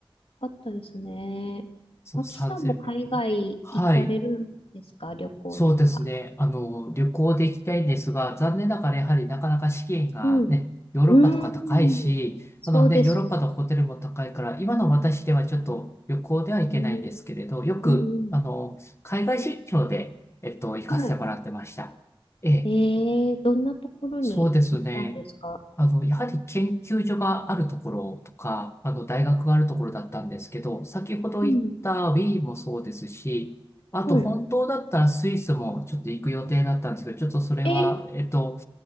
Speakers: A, on the left; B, on the left.
A: う。あったですね。
B: そう、
A: マキさんも海外行かれるんですか旅行とか。
B: 3000メートル。はい。そうですね。あの、旅行で行きたいんですが、残念ながらやはりなかなか資金がね、
A: うん。
B: ヨーロッパとか高いし、
A: うーん。そうです
B: あのね、ヨーロッパのホテルも高いから、今の私ではちょっと旅行では行けないんですけれど、
A: ね。うん。
B: よく、
A: うんうん
B: あの、海外出張で、えっと、行かせてもらってました。
A: はい。
B: ええ、
A: えー、どんなところに行ったんですか
B: そうですね。あの、やはり研究所があるところとか、あの、大学があるところだったんですけど、先ほど言った
A: うん。
B: Wii もそうですし、あと本当だったらスイスもちょっと行く予定だったんですけど、
A: はい。
B: ちょっとそれは、
A: え、え
B: えっと、